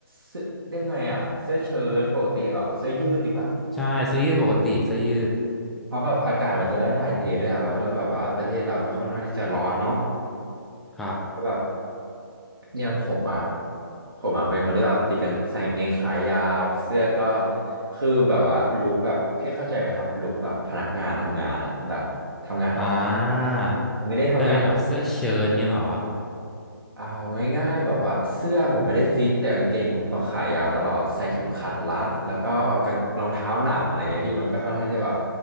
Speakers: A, on the right; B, in the centre.
A: เสื้อเรียกไงอ่ะเสื้อเชิ้ตปกติเหรอเสื้อยืดดีกว่า
B: ใช่เสื้อยืดปกติเสื้อยืด
A: เพราะแบบอากาศมันจะได้ถ่ายเทด้วยอ่ะแล้วแบบว่าประเทศเราก็ค่อนข้างที่จะร้อนเนาะ
B: ครับ
A: ก็แบบอย่างผมอ่ะผมอ่ะเป็นคนที่แบบติดกางใส่กางเกงขายาวเสื้อก็คือแบบว่าลุคแบบพี่เข้าใจไหมครับลุคแบบพนักงานทำงานอ่ะแบบทำงานออฟฟิศอย่างเงี้ยผมไม่ได้ทำงาน
B: อ่าแต่เป็นแบบเสื้อเชิ้ตเงี้ยเหรอ
A: เอาง่ายๆแบบว่าเสื้อผมไม่ได้ฟิกแต่กางเกงผมต้องขายาวตลอดใส่เข็มขัดรัดแล้วก็กางรองเท้าหนังอะไรเงี้ยพี่มันก็ค่อนข้างที่จะแบบ